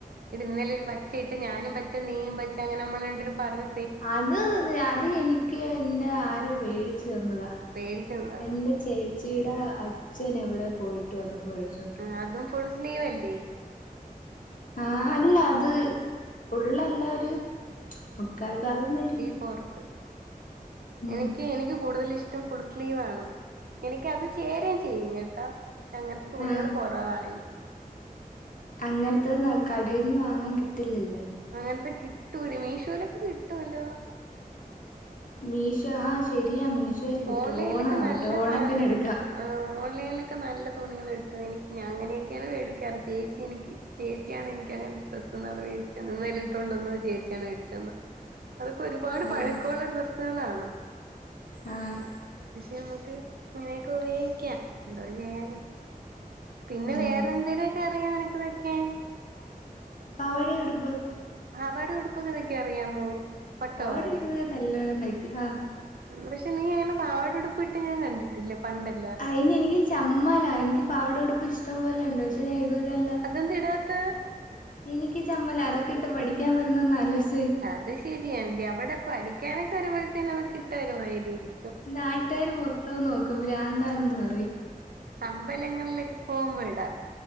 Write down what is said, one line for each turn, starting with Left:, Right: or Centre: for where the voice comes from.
Right: ഇ ഇന്നലൊ ഒരു പച്ച ഇട്ട് ഞാനും പച്ച നീയും പച്ച അങ്ങനെ നമ്മള പറഞ്ഞ
Left: അത് തന്ന അത് എനിക്ക് എന്നെ ആരോ മേടിച്ചു തന്നതാ
Right: പേടിച്ചത്തണോ
Left: എന്റെ ചേച്ചിയുടെ അച്ഛൻ എവിടെ പോയിട്ട് വന്നപ്പോ കഴിച്ചു
Right: ആ അതും ഫുൾ സ്ലീവ് അല്ലേ
Left: ആഹ് അല്ല അത് ഫുള്ളല്ല ഒരു മുക്കാൽ ഭാഗം വരും
Right: ഫോർത്
Left: ഉം
Right: എനിക്ക് എനിക്ക് കൂടുതൽ ഇഷ്ടം ഫുൾ സ്ലീവാണ് എനക്ക് അത് ചേരയും ചെയ്യും കേട്ടാ പക്ഷെ അങ്ങനത്തെ തുണികൾ
Left: ആഹ്
Right: കുറവാണ്െനിക്ക്
Left: അങ്ങനത്തെ കടയിൽന്ന് വാങ്ങാൻ കിട്ടില്ലല്ലേ
Right: അങ്ങനത്തെ കിട്ടൂടി മീഷോലൊക്കെ കിട്ടൂല്ലോ
Left: മീശോ ആഹ് ശെരിയാ മീശോയിൽ കിട്ടും
Right: ഓൺലൈനിലൊക്കെ
Left: ഓണം ആവട്ടെ
Right: നല്ല
Left: ഓണത്തിന്
Right: സാധനങ്ങൾ
Left: എടുക്കാ
Right: കിട്ടും ആ ഓലൈനിലൊക്കെ നല്ല തുണികൾിട്ട എനിക്ക് ഞാൻ അങ്ങനെയൊക്കെയാണ് മേടിക്കാറ് ചേച്ചി എനിക്ക് ചേച്ചിയാണ് എനിക്ക് അങ്ങനെ പ്രസ്ന്നൾ മേടിച്ച ഇന്ന്ല്ലിട്ട കൊണ്ട വന്നത് ചേച്ചിയാണ് മേടിച്ച അതൊക്കെ ഒരുപാട് പഴക്കമുള്ള
Left: ആഹ്
Right: ഡ്രസ്സുകളാണ്
Left: ആഹ്
Right: പക്ഷെ നമുക്ക് ഇങ്ങനെയൊക്കെ ഉപയോഗിക്കാം എന്തോ ചെയ്യാന പിന്നെ
Left: ഉം
Right: വേറെ എന്തെേലുമൊക്കെ അറിയാൻ നിനക്ക്തൊക്കാൻ
Left: പാവടേം ഉടുപ്പും
Right: പാവടേം ഉടുപ്പൊക്കെ തയ്ക്കാൻ അറിയാമോ
Left: <unintelligible>
Right: പട്ടു പാവാടേ പക്ഷെ നീ അങ്ങനെ പാടടുപ്പിയിട്ട് ഞാൻ കണ്ടിട്ടില്ലേ പണ്ടല്ലെ
Left: അയിനി എനിക്ക് ചമ്മല എനിക്ക് പാവട എടുപ്പ് ഇഷ്ടം പോലെ ഉണ്ട് പക്ഷെ ഞാൻ ഇടലല്ല
Right: അതെന്ത് ഇടാത്ത
Left: എനിക്ക് ചമ്മല അതൊക്കെ ഇട്ട് പഠിക്കാൻ വരുന്ന ഒന്ന് ആലോചിച്ചു
Right: അത് ശരിയണ്ട് അവിടെ പഠിക്കാനൊക്കെ വരുമ്പോഴത്തേന്ന നക്ക് കിട്ട വരുമായ രീതി
Left: നാട്ടുകാർ മൊത്തം നോക്കും ഭ്രാന്താണെന്ന് പറഞ്ഞ
Right: അമ്പലങ്ങളിലൊക്കെ പോകുമ്പോ ഇടാ